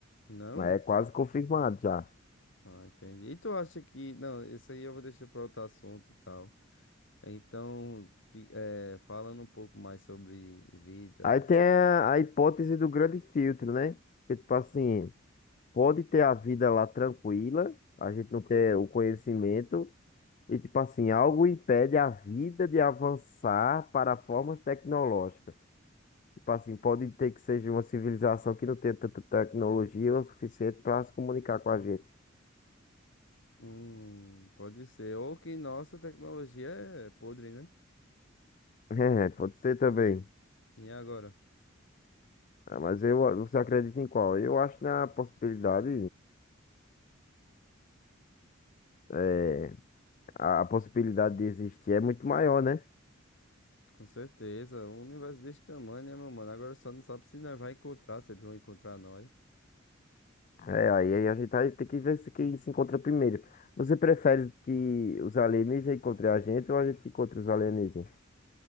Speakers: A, on the left (about 65°); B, on the left (about 40°).
A: Não?
B: mas é quase confirmado já.
A: Ah, entendi. E tu acha que... Não, isso aí eu vou deixar para outro assunto e tal. Então, fi- eh, falando um pouco mais sobre vidas.
B: Aí tem a, a hipótese do grande filtro, né? Que tipo assim, pode ter a vida lá tranquila, a gente não ter o conhecimento, e tipo assim, algo impede a vida de avançar para formas tecnológicas. Tipo assim, pode ter que seja uma civilização que não tenha tanta tecnologia o suficiente para se comunicar com a gente.
A: Hum, pode ser. Ou que nossa tecnologia é podre, né?
B: <laughs> É, pode ser também.
A: E agora?
B: Ah, mas eu, você acredita em qual? Eu acho na possibilidade, é, a, a possibilidade de existir é muito maior, né?
A: Com certeza. Um universo desse tamanho, né, meu mano? Agora só não sabe se nós vai encontrar, se eles vão encontrar nós.
B: É, aí, aí a gente vai ter que ver se quem se encontra primeiro. Você prefere que os alienígenas encontrem a gente ou a gente encontre os alienígenas?